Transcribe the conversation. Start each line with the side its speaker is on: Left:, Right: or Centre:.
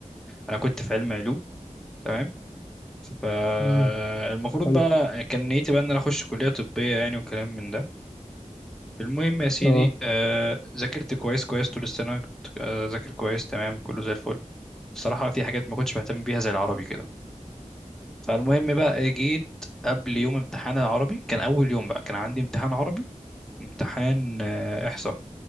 Centre: أنا كنت في علم علوم تمام فالمفروض
Left: امم حلو
Centre: بقى كان نيتي بقى إن أنا أخش كلية طبية يعني وكلام من ده المهم يا سيدي
Left: اه
Centre: آه، ذاكرت كويس كويس طول السنة كنت، آه، ذاكر كويس تمام كله زي الفل الصراحة في حاجات ما كنتش بهتم بيها زي العربي كده فالمهم بقى آه، جيت قبل يوم امتحان العربي كان أول يوم بقى كان عندي امتحان عربي وامتحان آه، إحصاء